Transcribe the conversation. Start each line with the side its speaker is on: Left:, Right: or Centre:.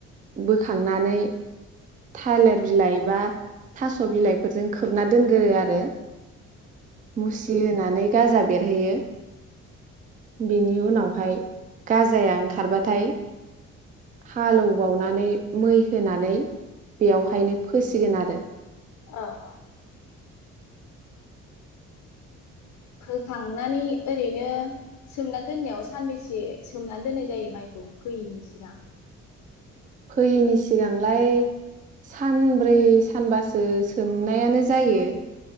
Right: बोखांनानै थालिर बिलाइ बा थास' बिलाइफोरजों खोबना दोनगोरो आरो। मुसि होनानै। गाजा बे बेरहोयो बेनि उनावहाय गाजाया ओंखारबाथाय हालेबावनानै मै होनानै बेयावहायनो फोसिगोन आरो।
Left: अ अ। फोखांनानै ओरैनो सोमना दोननायाव सानबैसे सोमना दोननाय जायो माइखौ फोयैनि सिगां।
Right: फैयैनि सिगांलाय सानब्रै सानबासो सोमनायानो जायो।